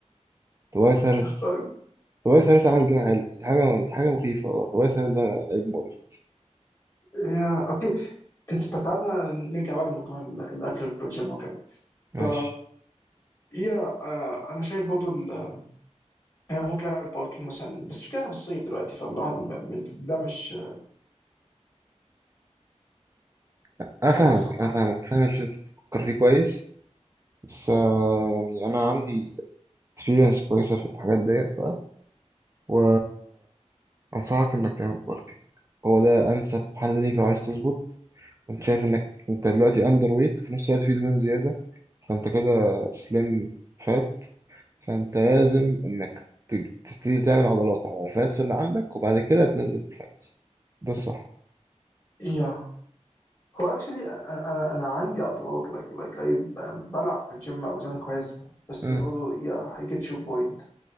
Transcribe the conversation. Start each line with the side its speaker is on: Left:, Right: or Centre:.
Right: توايس هاريس
Left: أوك-
Right: توايس هاريس عامل جيم حلو دي حاجة دي حاجة مخيفة والله. توايس هاريس ده لعيب مقرف
Left: يا اوكي ت- ت- تعالى نرجع بقى لموضوع ال- الاكل والجيم وكده
Right: ماشي
Left: ف يا آه، انا شايف برضه ال- يعني ممكن اعمل بالكينج مثلا بس مش كده في الصيف دلوقتي فالواحد م- م- ده مش
Right: أنا
Left: مش
Right: فاهمك
Left: عارف والله
Right: أنا فاهمك فاهم اللي أنت بتفكر فيه كويس بس آه، يعني أنا عندي experience كويسة في الحاجات ديت بقى و أنصحك إنك تعمل بالكينج هو ده أنسب حل ليك لو عايز تظبط وأنت شايف إنك أنت دلوقتي أندر ويت وفي نفس الوقت في دهون زيادة فأنت كده سليم فات فأنت لازم إنك تج- تبتدي تعمل عضلات على الفاتس اللي عندك وبعد كده تنزل الفاتس ده الصح
Left: يا هو اكشلي انا انا عندي اعتراض لايك لايك اي بلعب في الجيم اوزان كويسه بس
Right: أمم،
Left: برضه يا اي جيت يور بوينت